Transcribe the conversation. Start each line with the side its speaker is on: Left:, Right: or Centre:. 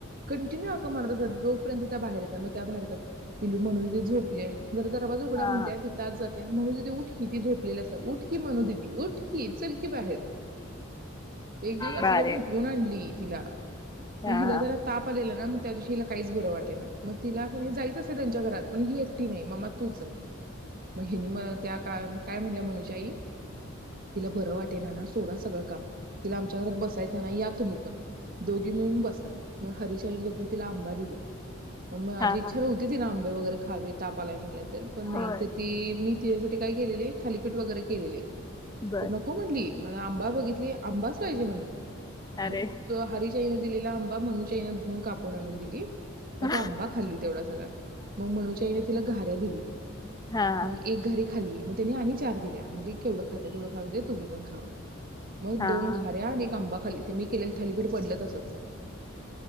Right: कंटिनू तुम्हाला कस, जोपर्यंत त्या बाहेर येत नाही म त्या बाहेर येतात पिलू मनु तिथे झोपलीय जरा जरा पुढ म्हणत्यात
Left: हा
Right: तीत आत जात मनु दीदी उठ किती झोपलेला असत उठ की मनु दीदी उठ की चल की बाहेर एक दिवस
Left: बारे
Right: <unintelligible> आणली तिला
Left: हा
Right: म हिला
Left: हा
Right: जरा ताप आलेला ना त्यादिवशी हिला काहीच बर वाटेना. म तिला कनी, जायच असत त्यांच्या घरात. पण ही एकटी नाही, ममा तू चल. म हिनी मनत त्या काळ काय म्हणल्या मनू ताई तिला बरं वाटेना ना, सोडा सगळ काम तिला आमच्या घरात बसायचं आहे ना या तुम्ही पण. दोघी मिळून बसा मग हरिच्या आईनी उठून तिला आंबा दिली. म माझी
Left: हा
Right: इच्छा
Left: हा
Right: नव्हती तिन आंबे वगैरे खावे ताप आलाय म्हणल्यानंतर नाही
Left: होय.
Right: त ती मी तियासाठी ताई गेलेले थालीपीठ वैगरे केलेले.
Left: बर
Right: त नको म्हणली! मला आंबा, बघितली आंबाच पाहिजे म्हंटली.
Left: अरे
Right: मग तो हरीश त्यानी दिलेला आंबा, मनुच्या आईनी धुवून कापून आणून दिली. म
Left: हा
Right: तो आंबा खाल्ली तेवढा सगळा मग मनु च्या आईनं तिला घाऱ्या दिली.
Left: हा
Right: मग एक घरी खाल्ली. मग त्यांनी आणि चार दिल्या म्हणली केवढ खाते तेवढ खाऊदे तुम्ही पण खावा. मग
Left: हा
Right: दोन, घाऱ्या आणि एक आंबा. ते मी केलेल थालीपीठ पडल तसच.